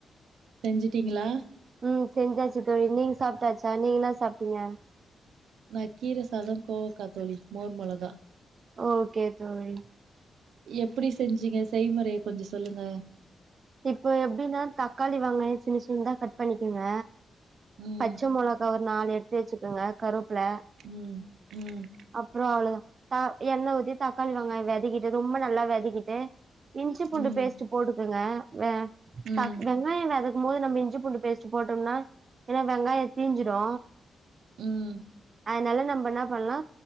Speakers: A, on the right; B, on the right.
A: செஞ்சுட்டீங்களா
B: ம் செஞ்சாச்சு தோழி நீங்க சாப்ட்டாச்சா நீங்க என்ன சாப்ட்டீங்க
A: நா கீரை சாதோ கோவக தோழி மோர் மொளகா
B: ஓகே தோழி
A: எப்டி செஞ்சீங்க செய்முறைய கொஞ்சோ சொல்லுங்க
B: இப்ப எப்டின்னா தக்காளி வெங்காய சின்ன சின்னதா கட் பண்ணிக்கங்க
A: ம்
B: பச்ச மொளகா ஒரு நாலு எடுத்து வச்சு கங்க கருவப்ல
A: ம் ம்
B: அப்பறோ அவ்ளோதா த எண்ண ஊத்தி தக் தக்காளி வெங்காயோ விதக்கிட்டு ரொம்ப நல்லா விதக்கிட்டு இஞ்சி பூண்டு
A: ம்
B: பேஸ்ட் போட்டுக்குங்க வெ
A: ம்
B: தக் வெங்காய வதக்கு போது நம்ம இஞ்சி பூண்டு பேஸ்ட் போட்டோம்னா ஏனா வெங்காயோ தீஞ்சிடு
A: ம்
B: அதனால நம்ம என்ன பண்ணலா